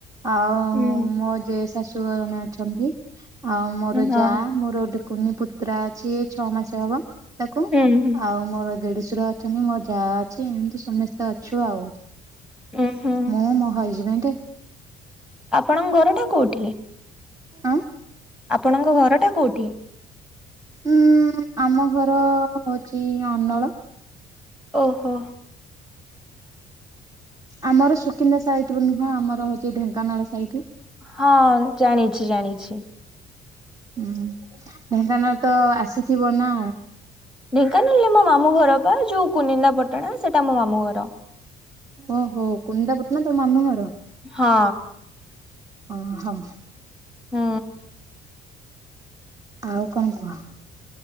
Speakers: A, on the right; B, in the centre.
A: ଆଉ
B: ହୁଁ
A: ମୋ ଯେ ଶାଶୁ ଜଣେ ଅଛନ୍ତି ଆଉ ମୋର
B: ହଁ
A: ଯାଆ ମୋର ଗୋଟେ କୁନି ପୁତ୍ରା ଅଛି ଛଅ ମାସ ହବ ତାକୁ
B: ହୁଁ ହୁଁ।
A: ଆଉ ମୋର ଦେଢ଼ୁଶୁର ଅଛନ୍ତି ମୋ ଯା ଅଛି ଏମିତି ସମସ୍ତେ ଅଛୁ ଆଉ।
B: ଉୁଁ ହୁଁ
A: ମୁଁ ମୋ ହଇଜ୍ ବେଣ୍ଟ୍।
B: ଆପଣଙ୍କ ଘରଟା କୋଉଠି?
A: ଆଁ?
B: ଆପଣଙ୍କ ଘରଟା କେଉଁଠି?
A: ଉଁ ଆମ ଘର ହୋଉଚି ଅନଳ।
B: ଓହୋ।
A: ଆମର ସୁକିନ୍ଦା ସାଇଟ୍ ବ ନୁହଁ ଆମର ହଉଛି ଢେଙ୍କାନାଳ ସାଇଟି।
B: ହଁ ଜାଣିଛି ଜାଣିଛି।
A: ହୁଁ ଢେଙ୍କାନାଳ ତ ଆସିଥିବ ନା?
B: ଢେଙ୍କାନାଳରେ ମୋ ମାମୁଁ ଘର ପା ଯୋଉ କୁନିନ୍ଦା ପାଟଣା ସେଇଟା ମୋ ମାମୁଁ ଘର।
A: ଓହୋ କୁନିନ୍ଦା ପାଟଣା ତମ ମାମୁଁ ଘର।
B: ହଁ।
A: ଅ ହ।
B: ହୁଁ।
A: ଆଉ କଣ କୁହ?